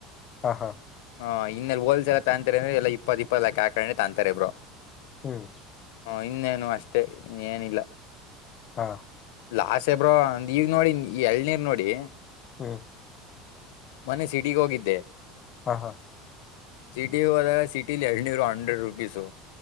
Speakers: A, on the left (about 40°); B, on the left (about 75°).
A: ಹಾ ಹಾ
B: ಹಾ್ಇನ್ನೆ ಹೋಲ್ಸೆ ಎ ತಂತಾರೆ ಅಂದ್ರ ಎ ಇಪ್ಪತ್ತ ಇಪ್ಪತ್ ಲಾಕ್ ಹಾಕೊಂಡ್ರೆ ತಂತಾರೆ ಇಬ್ಬರು
A: ಹ್ಮ್
B: ಹ ಇನ್ನೇನು ಅಷ್ಟೇ ಏನಿಲ್ಲ
A: ಹಾ
B: ಲಾಸ್ ಬ್ರೋಂದ ಈಗ ನೋಡಿ ಎಳ್ನೀರ್ ನೋಡಿ
A: ಹ್ಮ್
B: ಮುನೆ ಸಿಟಿಗೆ ಹೋಗಿದ್ದೆ
A: ಹಾ ಹಾ
B: ಸಿಟಿ ಹೋದಾಗ ಸಿಟಿಲಿ ಎರನರು ಹಂಡ್ರೆಡ್ ರುಪೀಸು